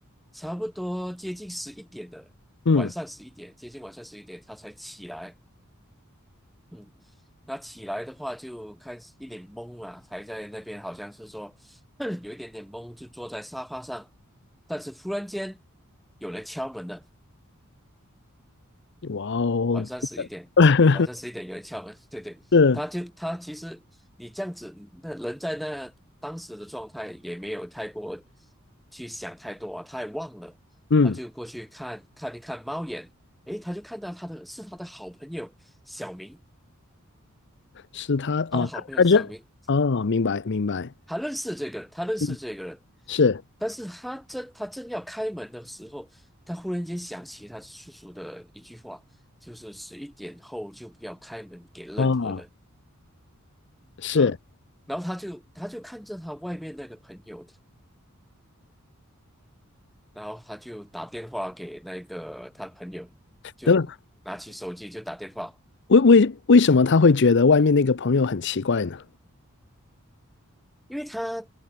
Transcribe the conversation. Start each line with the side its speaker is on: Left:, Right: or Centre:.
Centre: 差不多接近十一点的晚上十一点，
Left: 嗯，
Centre: 接近晚上十一点他才起来，嗯，他起来的话就开始一脸懵了，还在那边好像是说 <clears throat> 有一点点懵，就坐在沙发上。但是突然间有人敲门了，
Left: 哇哦，
Centre: 晚上十一点，
Left: <laughs>
Centre: 晚上十一点有人敲门，<laughs> 对对，
Left: 是，
Centre: 他就他其实你这样子，那人在那当时的状态也没有太过去想太多啊，他也忘了，
Left: 嗯。
Centre: 他就过去看看一看猫眼，诶，他就看到他的是他的好朋友小明，
Left: 是他哦，
Centre: 他的好朋友小明。
Left: 他他认哦，明白明白，
Centre: 他认识这个人他认识这个人，
Left: 嗯，是
Centre: 但是他正他正要开门的时候，他忽然间想起他叔叔的一句话，就是十一点后就不要开门给任何人。
Left: 哦，是，
Centre: 呃，然后他就他就看着他外面那个朋友，然后他就打电话给那个他朋友，就拿起手机就打电话，
Left: 等等为为为什么他会觉得外面那个朋友很奇怪呢？
Centre: 因为他